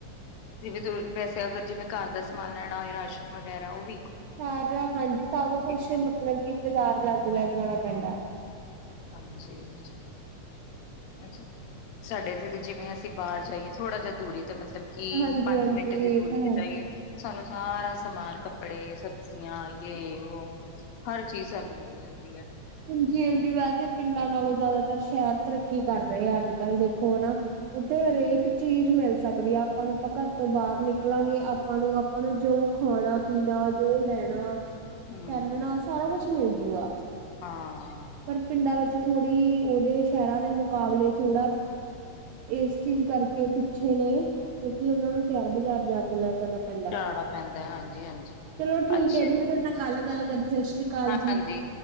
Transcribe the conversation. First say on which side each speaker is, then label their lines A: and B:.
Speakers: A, on the left; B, on the right.
A: ਜਿਵੇਂ ਤ ਵੈਸੇ ਅਗਰ ਜਿਵੇਂ ਘਰ ਦਾ ਸਮਾਨ ਲੈਣਾ ਹੋਏ ਰਾਸ਼ਨ ਵਗੈਰਾ ਉਹ ਵੀ
B: ਸਾਰਾ ਹਾਂਜੀ ਸਭ ਕੁਛ
A: ਡੈਰੀ
B: ਮਤਲਬ ਕਿ ਬਾਜ਼ਾਰ ਜਾ ਕੇ ਲੈ ਕੇ ਆਉਣਾ ਪੈਂਦਾ
A: ਹਾਂਜੀ <unintelligible> ਅੱਛਾ ਸਾਡੇ ਤੇ ਜਿਵੇਂ ਅਸੀਂ ਬਾਹਰ ਜਾਈਏ ਥੋੜਾ ਜਿਹਾ ਦੂਰੀ ਤੇ ਮਤਲਬ ਕਿ
B: ਹਾਂਜੀ
A: ਪੰਜ
B: ਹਾਂਜੀ
A: ਮਿੰਟ ਦੀ
B: ਇਹ
A: ਦੂਰੀ
B: ਤਾਂ ਹੈ।
A: ਤੇ ਜਾਈਏ ਸਾਨੂੰ ਸਾਰਾ ਸਮਾਨ ਕੱਪੜੇ ਸਬਜ਼ੀਆਂ ਯੇ ਵੋਹ ਹਰ ਚੀਜ਼ ਸਾਨੂੰ ਮਿਲ ਜਾਂਦੀ ਹੈ
B: ਹਾਂਜੀ ਹਾਂਜੀ ਵੈਸੇ ਪਿੰਡਾਂ ਨਾਲੋਂ ਜ਼ਿਆਦਾਤਰ ਸ਼ਹਿਰ ਤਰੱਕੀ ਕਰ ਰਹੇ ਆ ਅੱਜ ਕੱਲ੍ਹ ਦੇਖੋ ਹੈਨਾ ਉੱਥੇ ਹਰੇਕ ਚੀਜ਼ ਮਿਲ ਸਕਦੀ ਹੈ ਆਪਾਂ ਨੂੰ ਆਪਾਂ ਘਰ ਤੋਂ ਬਾਹਰ ਨਿਕਲਾਂਗੇ ਆਪਾਂ ਨੂੰ ਆਪਾਂ ਨੂੰ ਜੋ ਉਹ ਖਾਣਾ ਪੀਣਾ ਜੋ ਲੈਣਾ
A: ਹੂੰ।
B: ਪਹਿਨਣਾ ਸਾਰਾ ਕੁਛ ਮਿਲਜੂਗਾ
A: ਹਾਂ
B: ਪਰ ਪਿੰਡਾਂ ਵਿੱਚ ਥੋੜੀ ਉਹਦੇ ਸ਼ਹਿਰਾਂ ਦੇ ਮੁਕਾਬਲੇ ਥੋੜਾ ਇਸ ਚੀਜ਼ ਕਰਕੇ ਉਹ ਪਿੱਛੇ ਨੇ ਕਿਉਂਕਿ ਉਹਨਾਂ ਨੂੰ ਸ਼ੇਅਰ ਬਾਜ਼ਾਰ ਜਾ ਕੇ ਲੈ ਕੇ ਕਰਨਾ ਪੈਂਦਾ
A: ਜਾਣਾ ਪੈਂਦਾ ਹਾਂਜੀ-ਹਾਂਜੀ
B: ਚਲੋ ਠੀਕ
A: ਅੱਛਾ।
B: ਹੈ ਜੀ ਮੈਂ ਤੁਹਾਡੇ ਨਾਲ ਕੱਲ ਕਰਨੀ ਗੱਲ ਸਤਿ ਸ੍ਰੀ ਅਕਾਲ
A: ਹਾਂਜੀ
B: ਜੀ।